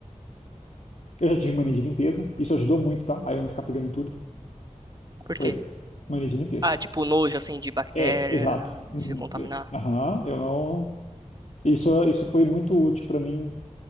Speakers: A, on the left; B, on the right.
A: Eu já tive mania de limpeza, isso ajudou muito, tá? Aí eu não ficar pegando em tudo.
B: Por
A: Por
B: quê?
A: exemplo, mania de limpeza.
B: Ah, tipo, nojo, assim, de bactéria,
A: É, exato. Uhum,
B: se contaminar.
A: eu- Aham, eu não. Isso, isso foi muito útil para mim,